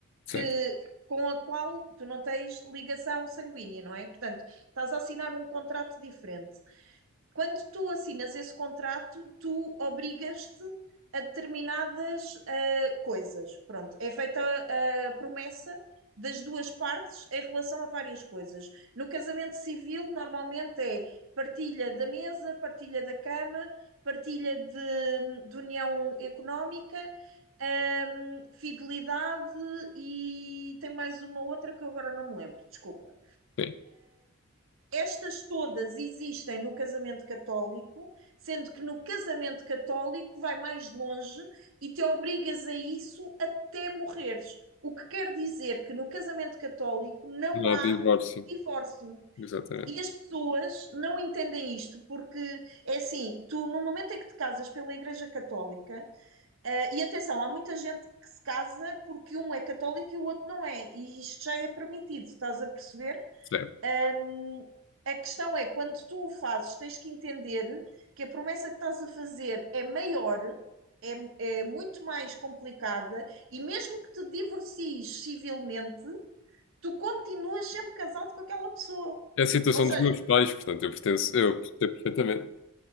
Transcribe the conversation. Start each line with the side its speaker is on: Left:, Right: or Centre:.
Left: certo.
Right: que, com a qual tu não tens ligação sanguínea, não é? Portanto, estás a assinar um contrato diferente quando tu assinas esse contrato, tu obrigas-te a determinadas ah, coisas. Pronto, é feita a, a promessa das duas partes em relação a várias coisas. No casamento civil, normalmente é partilha da mesa, partilha da cama, partilha de, de união económica, hum, fidelidade e tem mais uma outra que eu agora não me lembro, desculpa.
Left: Sim.
Right: Estas todas existem no casamento católico, sendo que no casamento católico vai mais longe e te obrigas a isso até morreres. O que quer dizer que no casamento católico não
Left: Não
Right: há
Left: há divórcio.
Right: divórcio.
Left: Exatamente.
Right: E as pessoas não entendem isto, porque é assim: tu, no momento em que te casas pela Igreja Católica, eh, e atenção, há muita gente que se casa porque um é católico e o outro não é, e isto já é permitido, estás a perceber?
Left: Certo.
Right: Hum, a questão é, quando tu o fazes, tens que entender que a promessa que estás a fazer é maior, é, é muito mais complicada, e mesmo que te divorcies civilmente, tu continuas sempre casado com aquela pessoa.
Left: É a situação
Right: Ou seja,
Left: dos meus pais, portanto, eu pertenço, eu percebo perfeitamente.